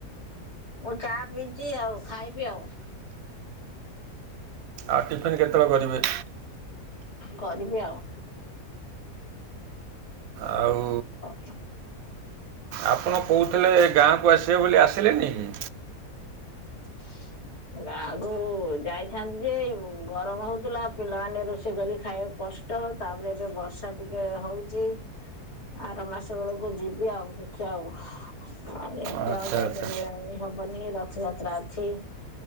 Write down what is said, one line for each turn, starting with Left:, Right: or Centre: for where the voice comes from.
Left: ମୁଁ ଚା ପିଇଚି ଆଉ ଖାଇବି ଆଉ।
Right: ଆଉ ଟିଫିନ୍ କେତେବେଳେ କରିବେ?
Left: କରିବି ଆଉ।
Right: ଆଉ
Left: <unintelligible>
Right: ଆପଣ କହୁଥିଲେ ଗାଁକୁ ଆସିବେ ବୋଲି ଆସିଲେନି କି?
Left: <unintelligible> ଗାକୁ ଯାଇଥାନ୍ତି ଯେ ଗରମ ହୋଉଥିଲା ପିଲାମାନେ ରୋଷେଇ କରି ଖାଇବାକୁ କଷ୍ ତ ତାପରେ ଏବେ ବର୍ଷା ଟିକେ ହଉଛି। ଆର ମାସ ବେଳକୁ ଯିବି ଆଉ ଦେଖିବା ଆଉ। ଆଉ ଏବେ
Right: ଆଚ୍ଛା
Left: ଆଉ ଯାଇପାରିବା
Right: ଆଚ୍ଛା
Left: ହବନି ରଥଯାତ୍ରା। ଅଛି